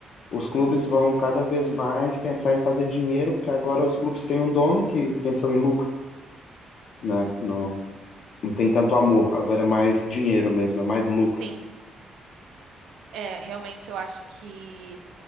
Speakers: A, on the left; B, on the right.
A: os clubes vão cada vez mais pensar em fazer dinheiro, porque agora os clubes têm um dono que pensam em lucro, né? Não, não tem tanto amor, agora é mais dinheiro mesmo, é mais lucro.
B: sim. É, realmente eu acho que